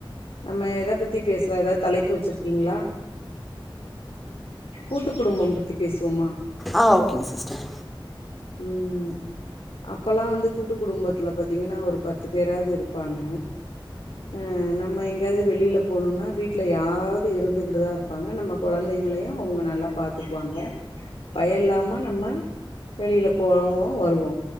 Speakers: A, on the left; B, in the centre.
A: நம்ம எதை பத்தி பேசலா ஏதாவது தலைப்பு வச்சிருக்கீங்களா கூட்டு குடும்பம் பத்தி பேசுவோமா
B: ஆஹ் ஓகேங்க சிஸ்டர்
A: உம் அப்பல்லா வந்து கூட்டு குடும்பத்துல பாத்தீங்கன்னா ஒரு பத்து பேராது இருப்பாங்க ம் என்னாப் நம்ம எங்கேயாவது வெளியில போணும்னா வீட்ல யாராவது இருந்துகிட்டு தா இருப்பாங்க நம்ம கொழந்தைங்களையு அவங்க நல்லா பாத்துக்குவாங்க பயம் இல்லாம நம்ம வெளியில போவுவோ வருவோ